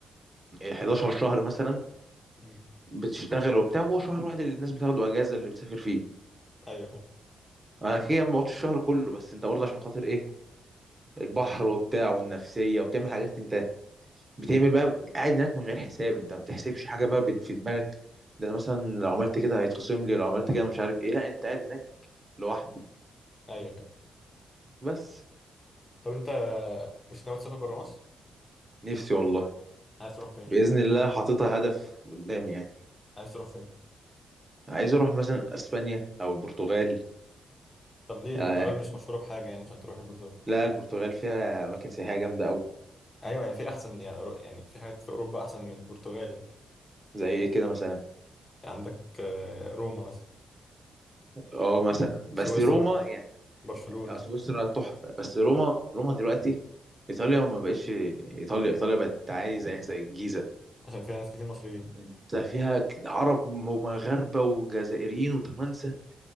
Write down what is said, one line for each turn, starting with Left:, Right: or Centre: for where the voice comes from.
Right: 11 شهر مثلا
Left: مم.
Right: بتشتغل وبتاع هو شهر واحد اللي الناس بتاخده اجازه اللي بتسافر فيه
Left: ايوه فاهم
Right: انا كده ما بقعدش الشهر كله بس انت برضه عشان خاطر ايه البحر وبتاع والنفسيه وبتعمل حاجات انت بتعمل بقى قاعد هناك من غير حساب انت ما بتحسبش حاجه بقى بت- في دماغك ده انا مثلا لو عملت كده هيتخصم لي لو عملت كده مش عارف ايه لا انت قاعد هناك لوحدك
Left: ايوه فاهم
Right: بس
Left: طب انت مش ناوي تسافر بره مصر
Right: نفسي والله
Left: عايز تروح فين
Right: باذن الله حاططها هدف قدامي يعني
Left: عايز تروح فين
Right: عايز اروح مثلا اسبانيا او البرتغال
Left: طب ليه
Right: يعني
Left: البرتغال مش مشهوره بحاجه يعني عشان تروح البرتغال
Right: لا البرتغال فيها اماكن سياحيه جامده قوي
Left: ايوه يعني في احسن يعني أورو- يعني في حاجات في اوروبا احسن من البرتغال يعني
Right: زي ايه كده مثلا
Left: يعني عندك آه، روما مثلا
Right: اه مثلا
Left: سويسرا
Right: بس روما
Left: برشلونه
Right: يعني سويسرا تحفه بس روما روما دلوقتي ايطاليا ما بقتش ايطاليا ايطاليا بقت عادي زي زي الجيزه
Left: عشان فيها ناس كتير مصريين
Right: انت فيها ك- عرب ومغاربه وجزائريين وتوانسه